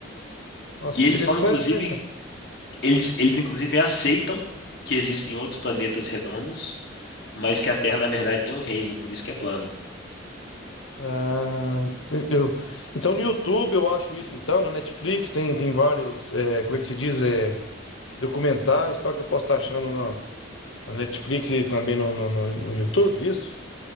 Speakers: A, on the left (about 75°); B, on the left (about 55°).
A: nossa,
B: E eles
A: interessante,
B: falam, inclusive,
A: né? cara?
B: eles, eles inclusive aceitam que existem outros planetas redondos, mas que a Terra, na verdade, é um reino, por isso que é plano.
A: Ah, eu- então no YouTube eu acho isso, então, na Netflix tem, tem vários, é, como é que se diz? É, documentários e tal que eu posso estar achando na, na Netflix e também no, no, no no YouTube, isso?